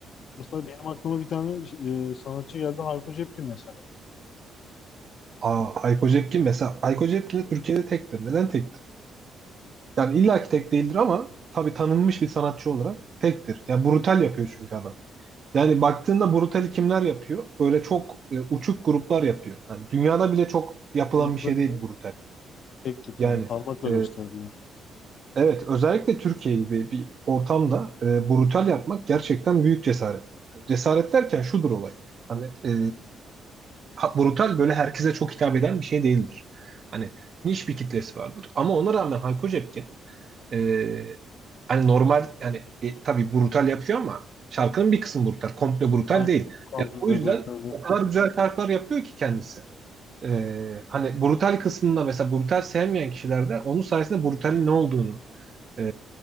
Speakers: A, on the left (about 65°); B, on the right (about 50°).
A: Mesela benim aklıma bir tane e, sanatçı geldi Hayko Cepkin mesela.
B: Aa, Hayko Cepkin mesela Hayko Cepkin de Türkiye'de tektir. Neden tektir? Yani illaki tek değildir ama tabii tanınmış bir sanatçı olarak tektir. Yani brutal yapıyor çünkü adam. Yani baktığında brutali kimler yapıyor? Böyle çok e, uçuk gruplar yapıyor. Yani dünyada bile çok yapılan
A: Dünyada
B: bir şey değil
A: bile
B: brutal.
A: tek tük
B: Yani
A: yani parmakla
B: e,
A: gösterdiler.
B: evet özellikle Türkiye gibi bir ortamda e, brutal yapmak gerçekten büyük cesaret. Cesaret derken şudur olay. Hani e, ha- brutal böyle herkese çok hitap eden bir şey değildir. Hani niş bir kitlesi vardır. Ama ona rağmen Hayko Cepkin e, hani normal yani e, tabii brutal yapıyor ama şarkının bir kısmı brutal. Komple brutal
A: Aynen.
B: değil.
A: Kongreyle
B: Yani o yüzden
A: birlikte.
B: o kadar güzel şarkılar yapıyor ki kendisi. E, hani brutal kısmında mesela brutal sevmeyen kişiler de onun sayesinde brutalin ne olduğunu e,